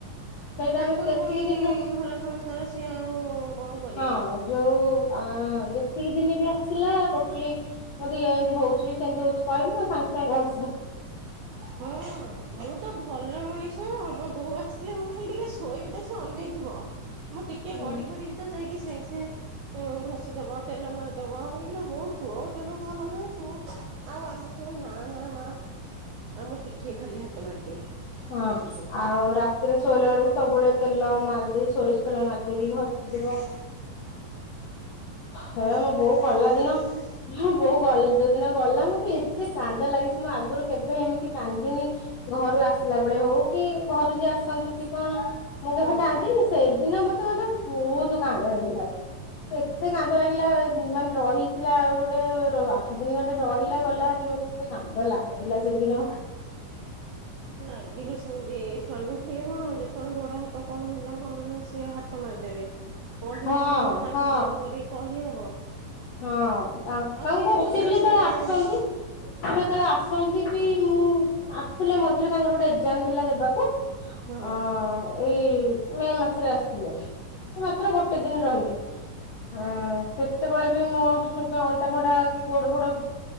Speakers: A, on the left; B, on the right.
A: ସେଇଟା
B: ତାଙ୍କର
A: ଆମେ ସେତିକି
B: ପୁଣି
A: ଦିନ ରହି
B: ଘର ସଂସାର ସିଏ ଆଉ କଣ କରିବେ।
A: ହଁ ଯୋଉ ଯେତିକି ଦିନ ବି ଆସିଲା ଟୋଟାଲି ମୋତେ ଏମିତିଉଛିି ସେମିତି ହଉଛି କହିଲା ସାଙ୍ଗେ ସାଙ୍ଗେଘ
B: ହଁ ମୁଁ ତ ଭଲ ମଣିଷ ହଁ ହଁ ମୋ ବୋଉ ଆସିଥିଲା ମୁଁ ଖାଲି ଟିକେ ଶୋଇବି ତ ସେ ଅନେଇଥିବ ମୁଁ ଟିକେ
A: ହୁଁ,
B: ଗଡି ପଡ଼ିବି ତ ଯାଇକି ସାଙ୍ଗସାଙ୍ଗେ ଘଷିଦବ ତେଲ ମାରିଦବ ଏଲୋ ବୋଉ ତୋ ଦେହ ଭଲ ନାହିଁ ତୁ ଆଉ ଆମ ଶଣୁ ନା ନା ମା ଆଉ ମୁଁ ଟିକିଏ ଖାଲି ହାତ ମାରିଦିଏ।
A: ହଁ
B: ଏମିତି କହି
A: ଆଉ ରାତିରେ ଶୋଇଲା ବେଳକୁ ସବୁବେଳେ ତେଲ ମାରିଦି ସୋରିଷ ତେଲ ମାର୍ଦେଇକି ଘସି ଦବ।
B: ହଁ
A: ହେ
B: ସେଇଟା
A: ମୋ ବୋଉ
B: କିଏ
A: ଗଲା
B: କରିବେ
A: ଦିନ
B: କହିଲୁ?
A: ହଁ ବୋଉ ଗ ଯୋଉ ଦିନ ଗଲା ମତେ ଏତେ କାନ୍ଦ ଲାଗିଛି ମୁଁ ଆଗରୁ କେବେ ଏମିତି କାନ୍ଦିନି। ଘରୁ ଆସିଲା ବେଳେ ହଉ କି ଘରୁ ଯିଏ ଆସନ୍ତୁ କି କଣ ମୁଁ କେବେ
B: ହଁ
A: କାନ୍ଦିନି
B: ହଁ।
A: ସେଦିନ ମତେ ମାନେ ବହୁତ କାନ୍ଦ ଲାଗିଲା। ଏତେ କାନ୍ଦ ଲାଗିଲା ମାନେ ରହିଥିଲା ଆଉ ଗୋଟେ ଆଠ ଦିନି ଖଣ୍ଟେ ରହିଲା ଗଲା ହାରି ମ ଏତେ କାନ୍ଦ ଲାଗିଲା ସେଦିନ।
B: ଲାଗିବ ସେମିତି ସ୍ଵାମୀ ଥିଲେ କଣ ଯେତେବେଳେ ଗୋଡ ହାତ କଣ ହେଲା କଣ ନାହିଁ ସେ ହାତ ତ ମାରିଦେବେ କହି
A: ହଁ
B: ମାନେ ତାଙ୍କୁ
A: ହଁ।
B: ଜୋର କରି କହିହବ।
A: ହଁ ତାଙ୍କୁ
B: ଆଉ କିଏ
A: କ
B: କରିବ
A: ସେ ବି ଯେତେବେଳେ
B: ସେଇଟା
A: ଆସିନ୍ତି।
B: କହୁନ
A: ଯେତେବେଳେ ଆସନ୍ତି ବି ମୁଁ ଆସଥିଲେ ମଝିରେ ତାଙ୍କର ଗୋଟେ ଏକ୍ଜାମ ଥିଲା ଦେବାକୁ।
B: ହଁ
A: ଅ। ଏଇ ମେ ମାସରେ ଆସିଥିଲେ ସେ ମାତ୍ର ଗୋଟେ ଦିନ ରହିଲେ। ହଁ ସେତେବେଳେ ବି ମୋ ଅଣ୍ଟା ଫଣ୍ଟା କି ଗୋଡ ଫୋଡ